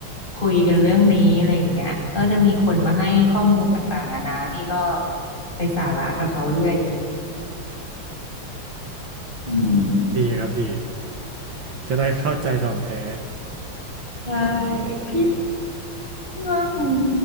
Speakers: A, on the left; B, on the right.
A: คุยกันเรื่องนี้อะไรอย่างเงี้ยก็จะมีคนมาให้ข้อมูลต่างๆนานาพี่ก็ไปสาระกับเขาเรื่อยอืม
B: ดีครับดี <laughs> จะได้เข้าใจท่องแท้
A: ใช่พี่พี่ว่ามัน